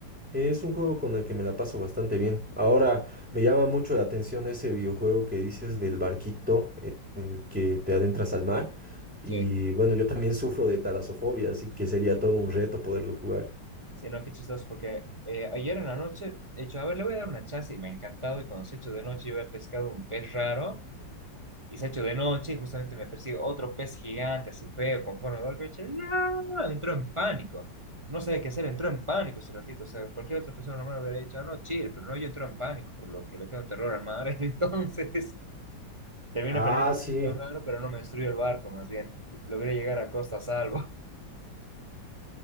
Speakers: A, in the centre; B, on the right (about 35°).
A: es un juego con el que me la paso bastante bien. Ahora, me llama mucho la atención ese videojuego que dices del barquito en el que te adentras al mar. Y
B: Sí.
A: bueno, yo también sufro de talasofobia, así que sería todo un reto poderlo jugar.
B: Sí, no, qué chistoso, porque eh, ayer en la noche, he hecho, a ver, le voy a dar una chance y me ha encantado. Y cuando se ha hecho de noche, yo había pescado un pez raro Y se ha hecho de noche y justamente me persigue otro pez gigante, así feo, con forma de golpe. ¡Ya! Entró en pánico. No sabía qué hacer, entró en pánico ese ratito. O sea, cualquier otra persona normal hubiera dicho, "Ah, no, chill, pero no, yo entro en pánico, por lo que le tengo terror al mar. <laughs> Entonces, terminé
A: Ah,
B: perdiendo
A: sí,
B: lo raro, pero no me destruyó el barco, más bien. Logré llegar a costa a salvo.